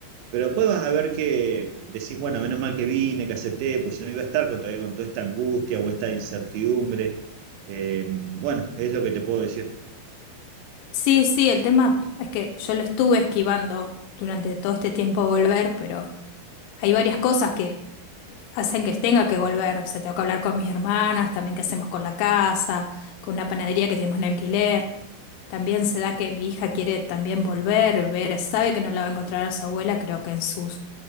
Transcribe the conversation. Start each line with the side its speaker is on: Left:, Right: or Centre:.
Right: pero después vas a ver que decís, bueno, menos mal que vine, que acepté, pues si no iba a estar con, todavía con toda esta angustia o esta incertidumbre. Eh, bueno, es lo que te puedo decir.
Left: Sí, sí, el tema es que yo lo estuve esquivando durante todo este tiempo volver, pero... hay varias cosas que hacen que tenga que volver. O sea, tengo que hablar con mis hermanas, también qué hacemos con la casa, con una panadería que tenemos en alquiler. También se da que mi hija quiere también volver, ver, sabe que no la va a encontrar a su abuela, creo que en su